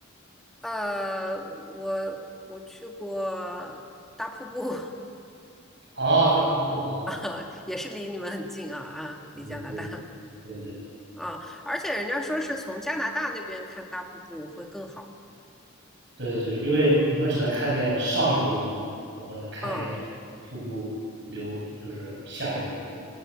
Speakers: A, in the centre; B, on the right.
A: 呃，我我去过大瀑布
B: 哦，大瀑布哦，
A: <laughs> 啊，也是离你们很近啊啊，离加拿大
B: 对对对对对
A: 啊，而且人家说是从加拿大那边看大瀑布会更好。
B: 对对对，因为你们只能看见上游的部分嘛，我们能看见整个瀑布流就是下游的部分。
A: 啊。